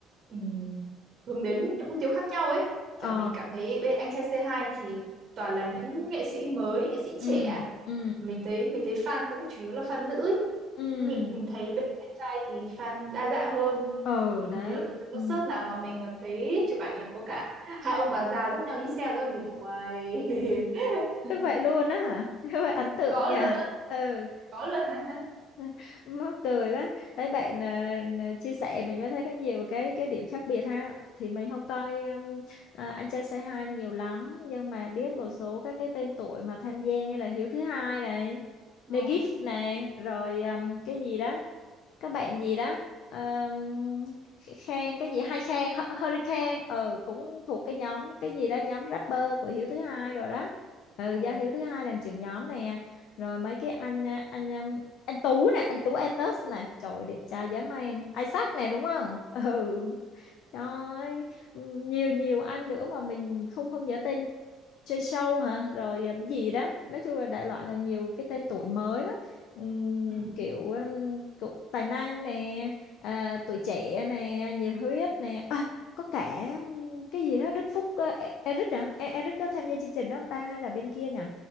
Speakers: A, on the right (about 35°); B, on the left (about 70°).
A: ừm, hướng đến những mục tiêu khác nhau ấy
B: ờ
A: kiểu mình cảm thấy bên anh trai c hai thì toàn là những nghệ sĩ mới nghệ sĩ
B: ừ
A: trẻ
B: ừ
A: mình thấy mình thấy fan cũng chủ yếu là fan nữ ấy.
B: ừ
A: mình mình thấy bên anh trai thì fan đa dạng hơn
B: ừ
A: mình
B: đấy
A: nhớ có có
B: ừ
A: concert nào mà mình còn thấy chụp ảnh là có cả hai ông bà già dắt nhau đi xe nữa mình kiểu "Uầy." <laughs>
B: Thế vậy luôn á hả? <laughs> Thế vậy ấn tượng
A: có
B: nhỉ?
A: luôn á.
B: Ừ.
A: có luôn hả
B: <laughs> mắc cười quá thấy bạn à, n- chia sẻ mình mới thấy có nhiều cái cái điểm khác biệt ha thì mình không coi um, à, anh trai Say Hi nhiều lắm nhưng mà biết một
A: ờ
B: số các cái tên tuổi mà tham gia như là Hiếu thứ hai này
A: ờ
B: Negif này rồi um, cái gì đó các bạn gì đó um, Khang cái gì hai khen Hu- Hurricane ừ cũng thuộc cái nhóm cái gì đó nhóm rapper của Hiếu thứ hai rồi đó ừ
A: ờ
B: do Hiếu thứ hai làm trưởng nhóm nè rồi mấy cái anh à, anh à, anh Tú nè anh Tú Atos nè trời ơi, đẹp trai dã man Isaac nè đúng không <laughs> ừ Trời ơi, nhiều nhiều anh nữa mà mình không không nhớ tên chơi show hả rồi à, gì đó nói chung là đại loại là nhiều cái tên tuổi mới đó Ừm,
A: Ừ.
B: kiểu um, cũng tài năng nè à, tuổi trẻ nè nhiệt huyết nè à, có cả um, cái gì đó Đức Phúc ờ, E- Eric hả E- Eric có tham gia chương trình đó không ta hay là bên kia nhỉ